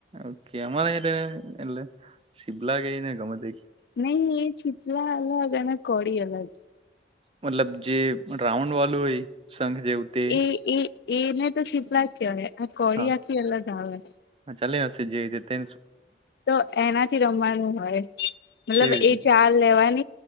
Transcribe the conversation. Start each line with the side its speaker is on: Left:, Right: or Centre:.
Right: ઓકેમારેને એ શિબ્લા ગઈને ગમત
Left: નહી એ ચીતલા અલગ અને કોડી અલગ
Right: મતલબ જે રાઉન્ડ વાળું હોય સંઘ જેવું તે
Left: એ એ એને તો શિપલા જ કહેવાય આ કોળી
Right: હા
Left: આખી અલગજ આવે
Right: હા ચાલે જે હોઈ તે
Left: તો એનાથી રમવાનું હોય મતલબ
Right: કેવી રીતનું
Left: એ ચાર લેવાય